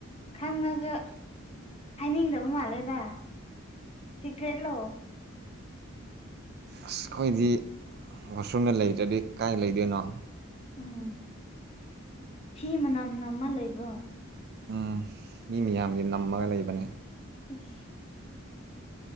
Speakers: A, on the left (about 30°); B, on the right (about 50°).
A: ꯈꯪꯉꯁꯨ ꯍꯥꯏꯅꯤꯡꯗꯕ ꯃꯥꯜꯂꯦꯗ ꯁꯤꯀ꯭ꯔꯦꯠ ꯂꯥꯛꯑꯣ
B: ꯑꯁ ꯑꯩꯈꯣꯏꯗꯤ ꯋꯥꯁꯔꯨꯝꯗ ꯂꯩꯗ꯭ꯔꯗꯤ ꯀꯥꯏ ꯂꯩꯗꯣꯏꯅꯣ
A: ꯎꯝ ꯁꯤ ꯃꯅꯝꯅ ꯑꯃ ꯂꯩꯕ꯭ꯔꯣ
B: ꯎ ꯃꯤ ꯃꯌꯥꯝꯒꯤ ꯅꯝꯃꯒ ꯂꯩꯕꯅꯦ
A: <inaudible>